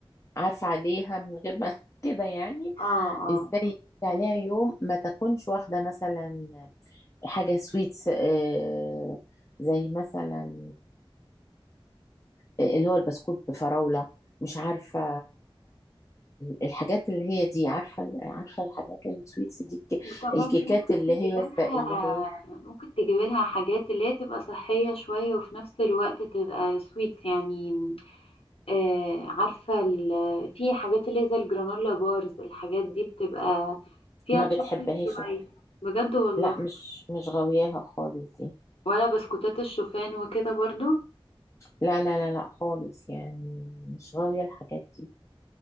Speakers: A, on the left; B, on the left.
A: عارفة عليها من غير ما <laughs> كده يعني
B: اه اه
A: إزاي يعدي عليها يوم ما تكونش واخدة مثلا حاجة سويتس آه زي مثلا اللي هو البسكوت بفراولة مش عارفة الحاجات اللي هي دي عارفة عارفة الحاجات السويتس دي الك-
B: وكمان
A: الكيكات
B: في ممكن
A: اللي
B: تجيب
A: هي
B: لها
A: الس- اللي هي
B: ممكن تجيب لها حاجات اللي هي تبقى صحية شوية وفي نفس الوقت تبقى سويتس يعني آه عارفة ال- في حاجات اللي هي زي الجرانولا بارز الحاجات دي بتبقى فيها
A: ما
B: تشوكلت
A: بتحبهاش
B: شوية بجد والله
A: لا مش مش غاوياها خالص دي
B: ولا بسكوتات الشوفان وكده برضو
A: لا لا لا لا خالص يعني مش غاوية الحاجات دي